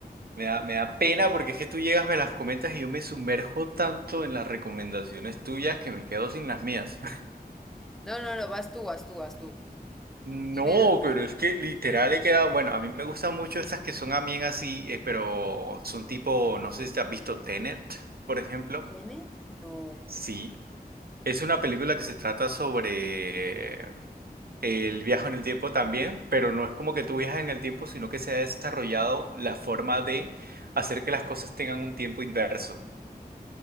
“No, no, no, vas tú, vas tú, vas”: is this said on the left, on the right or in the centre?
Centre